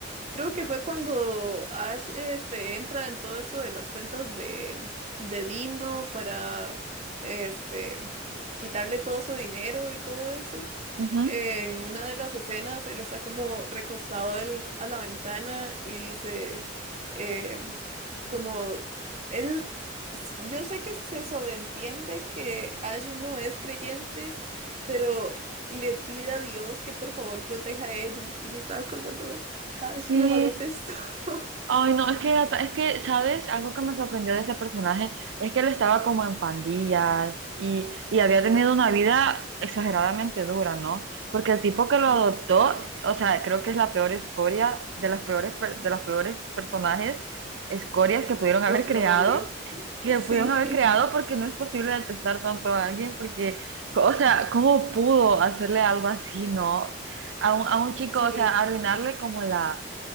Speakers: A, on the right; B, on the right.
A: Creo que fue cuando Ash este, entra en todo eso de las cuentas de, de Dino para este, quitarle todo su dinero y todo eso.
B: Ujú.
A: En una de las escenas, él está como recostado al- a la ventana y dice, em, como, él, s- yo sé que se sobreentiende que Ash no es creyente, pero le pide a Dios que por favor proteja a ella y, y yo estaba como, no, Ash,
B: Sí,
A: no me hagas esto. <laughs>
B: ay no, es que era ta- es que, ¿sabes? Algo que me sorprendió de ese personaje es que él estaba como en pandillas y, y había tenido
A: Ujú,
B: una vida exageradamente dura, ¿no? Porque el tipo que lo
A: demasiado.
B: adoptó, o sea, creo que es la peor escoria de las peores per- de las peores personajes, escorias que pudieron
A: Yo
B: haber
A: lo
B: creado,
A: odio. <laughs>
B: que
A: Sí,
B: pudieron haber creado porque no es posible detestar tanto a alguien porque, o sea, ¿cómo pudo hacerle algo así, ¿no? A un, a un chico,
A: sí,
B: o sea, arruinarle como la